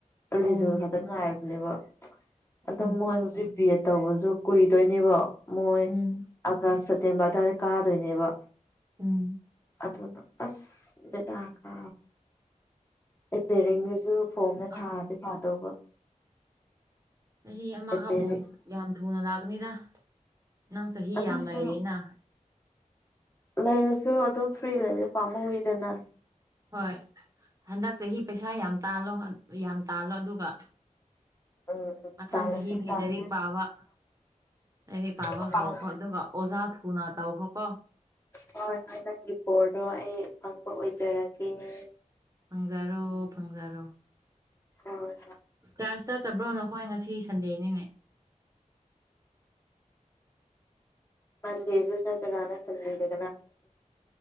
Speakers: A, on the right; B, on the left.
A: ꯑꯣ
B: ꯔꯤꯖ ꯈꯛꯇ ꯉꯥꯏꯕꯅꯦꯕ ꯑꯗꯣ
A: ꯑꯠꯆꯥ
B: ꯃꯣꯏ ꯍꯧꯖꯤꯛ ꯕꯤ ꯑꯦꯠ ꯇꯧꯕꯁꯨ ꯀꯨꯏꯗꯣꯏꯅꯦꯕ ꯃꯣꯏ
A: ꯎꯝ
B: ꯑꯥꯒꯁ ꯁꯦꯞꯇꯦꯝꯕꯔ ꯇꯥꯔꯦ ꯀꯥꯗꯣꯏꯅꯦꯕ
A: ꯎꯝ
B: ꯑꯗꯨꯅ ꯑꯁ ꯕꯤꯔꯥꯀꯥ ꯑꯦꯔꯤꯄꯦꯌꯔꯤꯡꯒꯤꯁꯨ ꯐꯣꯝꯅ
A: ꯑ
B: ꯊꯥꯗꯤ ꯐꯥꯗꯧꯕ
A: ꯆꯍꯤ ꯑꯃꯈꯛꯕꯨꯥꯎ
B: ꯑꯦꯄꯦꯔꯤꯡ
A: ꯌꯥꯝ ꯊꯨꯅ ꯂꯥꯛꯀꯅꯤꯗ ꯅꯪ ꯆꯍꯤ
B: ꯑꯗꯨꯁꯨ
A: ꯌꯥꯝ ꯂꯩꯌꯦꯦꯅ
B: ꯂꯩꯔꯁꯨ ꯑꯗꯨꯝ ꯐ꯭ꯔꯤ ꯂꯩꯔ ꯄꯥꯝꯃꯨꯨꯏꯗꯅ
A: ꯍꯣꯏ ꯍꯟꯗꯛ ꯆꯍꯤ ꯄꯩꯁꯥ ꯌꯥꯝ ꯇꯥꯜꯂꯣ ꯌꯥꯝ ꯇꯥꯜꯂꯣ ꯑꯗꯨꯒ
B: ꯎꯝ ꯎꯝ
A: ꯃꯊꯥꯡ
B: ꯇꯥꯜꯂꯁꯦ
A: ꯆꯍꯤ ꯐꯦ
B: ꯇꯥꯜꯂꯁꯦ
A: ꯂꯥꯏꯔꯤꯛ ꯄꯥꯕ ꯑꯩ ꯄꯥꯕ
B: ꯃꯄꯥꯟ
A: ꯍꯥꯎꯈ꯭ꯔꯣ ꯑꯗꯨꯒ ꯑꯣꯖꯥ ꯊꯨꯅ ꯇꯧꯈ꯭ꯔꯣꯀꯣ
B: ꯍꯣꯏ ꯍꯣꯏ ꯅꯪꯒꯤ ꯕꯣꯔꯗꯣ ꯑꯩ ꯐꯪꯕ ꯑꯣꯏꯖꯔꯒꯦꯅꯦ
A: ꯐꯪꯖꯔꯣ ꯐꯪꯖꯔꯣ
B: ꯍꯣꯏ ꯍꯣꯏ
A: ꯆꯔꯆ ꯆꯠꯠꯇꯕ꯭ꯔꯣꯅ ꯑꯩꯈꯣꯏ ꯉꯁꯤ ꯁꯟꯗꯦꯅꯤꯅꯦ
B: ꯃꯟꯗꯦ ꯆꯇ ꯅ ꯊ ꯂꯩ